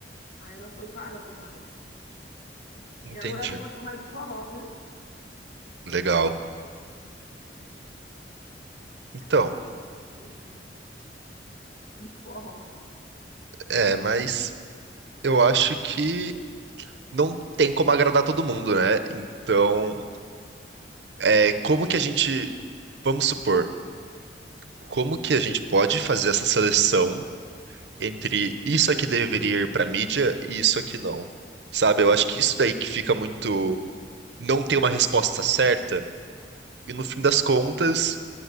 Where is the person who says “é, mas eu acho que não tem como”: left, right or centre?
Right